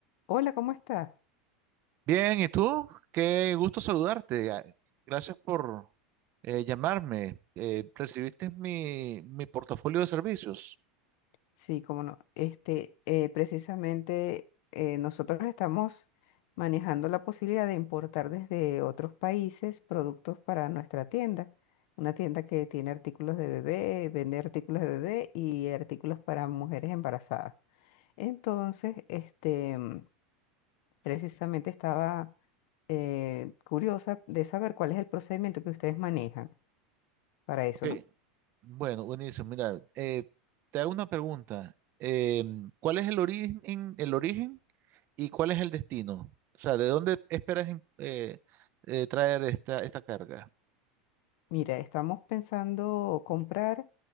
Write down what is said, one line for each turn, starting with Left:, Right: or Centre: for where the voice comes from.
Left: Hola, ¿cómo estás?
Right: Bien, ¿y tú? Qué gusto saludarte. Ah, Gracias por eh, llamarme. Eh, ¿recibiste mi, mi portafolio de servicios?
Left: Sí, cómo no. Este, eh, precisamente eh, nosotros estamos manejando la posibilidad de importar desde otros países productos para nuestra tienda. Una tienda que tiene artículos de bebé, vende artículos de bebé y artículos para mujeres embarazadas. Entonces, este, mm, precisamente estaba eh, curiosa de saber cuál es el procedimiento que ustedes manejan para eso,
Right: Ok,
Left: ¿no?
Right: bueno, buenísimo. Mira, eh, te hago una pregunta. Em, ¿cuál es el origen, el origen y cuál es el destino? O sea, ¿de dónde esperas em, eh, eh, traer esta, esta carga?
Left: Mira, estamos pensando comprar